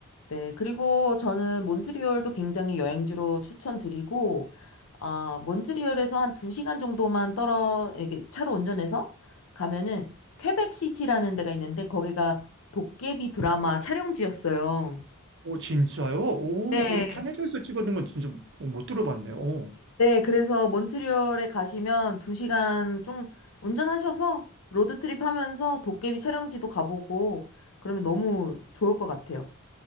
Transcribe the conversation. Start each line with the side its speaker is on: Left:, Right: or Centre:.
Left: 네, 그리고 저는 몬트리올도 굉장히 여행지로 추천드리고, 아, 몬트리올에서 한 두시간 정도만 떨어, 이렇게 차로 운전해서 가면은 퀘벡시티라는 데가 있는데 거기가 도깨비 드라마 촬영지였어요.
Right: 오, 진짜요? 오,
Left: 네.
Right: 거기 캐나다에서 찍어둔 건 진짜 어, 못 들어봤네요. 오.
Left: 네, 그래서 몬트리올에 가시면 두시간좀 운전하셔서 로드트립 하면서 도깨비 촬영지도 가보고 그러면 너무 좋을 것 같아요.